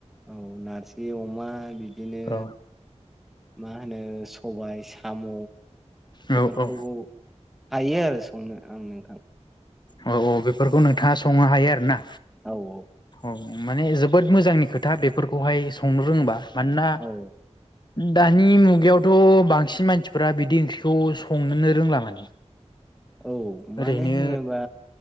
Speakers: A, in the centre; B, on the left (about 40°).
A: औ नारजि अमा बिदिनो
B: औ
A: मा होनो सबाय सा साम'
B: औ
A: एफोरखौ
B: औ
A: हायो आरो संनो आङो।
B: औ औ बेफोरखौ नोंथाङा संनो हायो आरो ना?
A: औ औ।
B: औ माने जोबोद मोजांनि खोथा बेफोरखौहाय संनो रोङोबा। मानोना
A: औ
B: दानि मुगायावथ' बांसिन मानसिफ्रा बिदि ओंख्रिखौ संनोनो रोंला माने।
A: औ मानो
B: ओरैनो
A: होनोबा